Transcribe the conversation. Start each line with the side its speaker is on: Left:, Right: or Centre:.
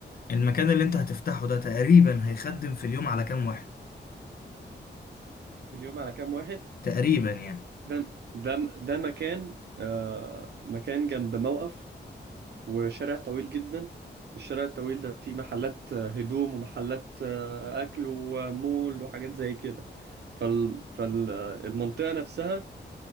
Left: المكان اللي انت هتفتحه ده تقريبا هيخدم في اليوم على كام واحد
Right: في اليوم على كام واحد
Left: تقريبا يعني
Right: ده ده ده مكان آه، مكان جنب موقف وشارع طويل جدا الشارع الطويل ده فيه محلات آه، هدوم ومحلات آه، اكل ومول وحاجات زي كده فال فالمنطقة نفسها